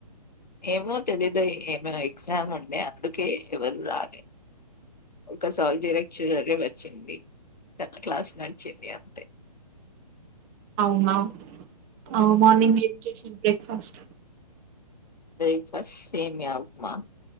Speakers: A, on the left (about 85°); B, on the right (about 20°).
A: ఏమో తెలీదు ఏమో ఎగ్జామ్ ఉండే అందుకే ఎవరూ రాలే ఒక సాల్జి లెక్చరర్ ఏ వచ్చింది తన క్లాస్ నడిచింది అంతే
B: అవునా ఆ మార్నింగ్ ఏం చేసింది బ్రేక్ఫాస్ట్
A: బ్రేక్ఫాస్ట్ సేమ్యా ఉప్మా